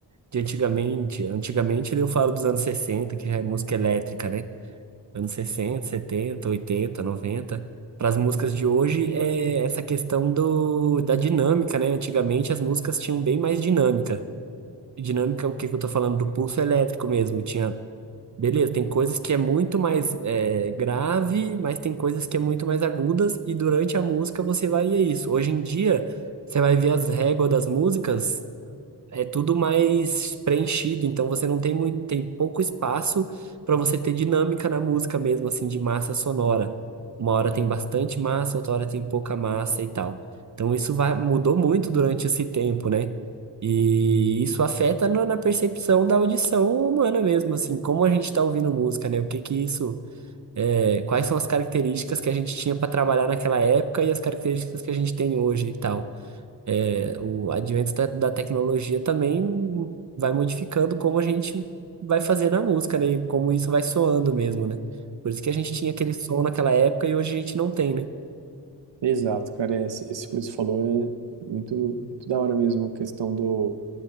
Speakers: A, on the right; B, on the right.
A: de antigamente. Antigamente eu falo dos anos 60, que é música elétrica, né? anos 60, 70, 80, 90, Para as músicas de hoje é essa questão do, da dinâmica, né? Antigamente as músicas tinham bem mais dinâmica. E dinâmica, o que que eu tô falando? Do pulso elétrico mesmo. Tinha, beleza, tem coisas que é muito mais é, grave, mas tem coisas que é muito mais agudas, e durante a música você varia isso. Hoje em dia, você vai ver as réguas das músicas. É tudo mais preenchido, então você não tem muito, tem pouco espaço para você ter dinâmica na música mesmo, assim, de massa sonora. Uma hora tem bastante massa, outra hora tem pouca massa e tal. Então isso vai, mudou muito durante esse tempo, né? E isso afeta no- na percepção da audição humana mesmo, assim, como a gente está ouvindo música, né? O que que isso, é, quais são as características que a gente tinha para trabalhar naquela época e as características que a gente tem hoje e tal. É, o advento da, da tecnologia também vai modificando como a gente vai fazendo a música, né? E como isso vai soando mesmo, né? Por isso que a gente tinha aquele som naquela época e hoje a gente não tem, né?
B: Exato, cara, é, esse esse que você falou é muito, muito da hora mesmo, a questão do,